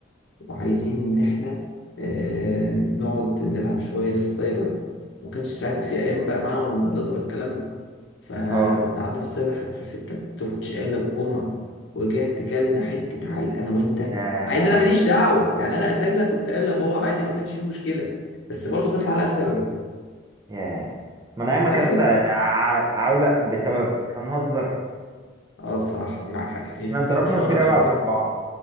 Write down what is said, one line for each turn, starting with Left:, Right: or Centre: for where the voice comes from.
Left: وعايزين إن إحنا آه، نقعد نلعب شوية في السايبر ومكانش ساعتها في أيام بقى معانا ولا موبايلات ولا الكلام ده فروحنا
Right: اه
Left: قعدنا في السايبر حتى الساعة 6 أنت مكنتش قايل لأبوك وأمك ورجعت كلنا حتة عال أنا وأنت
Right: ياه
Left: مع إن أنا ماليش دعوة يعني أنا أساسا كنت قايل لبابا عادي ما كانش فيه مشكلة بس برضه كلت علقة بسببك
Right: ياه ما انا ياما
Left: فاكر؟
Right: اكلت ع- عولق بسببك هنهزر
Left: اه بصراحة دي معاك حق فيها
Right: احنا اتضربنا
Left: بجد <laughs> اه
Right: كتير
Left: لا
Right: قوي
Left: بجد
Right: عشان بعض